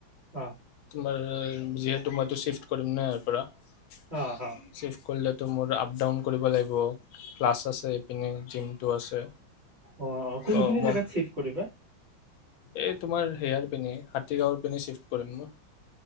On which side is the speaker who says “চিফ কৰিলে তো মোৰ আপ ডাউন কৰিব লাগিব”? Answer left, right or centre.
Left